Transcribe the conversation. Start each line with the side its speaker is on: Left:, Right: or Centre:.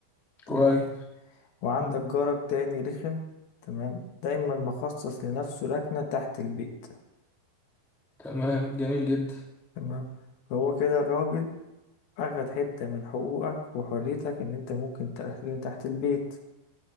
Left: تمام
Centre: كويس
Left: وعندك
Centre: مم.
Left: جارك تاني رخم تمام دايما مخصص لنفسه ركنة تحت البيت
Centre: تمام جميل جدا
Left: تمام فهو كده الراجل أخد حتة من حقوقك وحريتك إن أنت ممكن تركن تحت البيت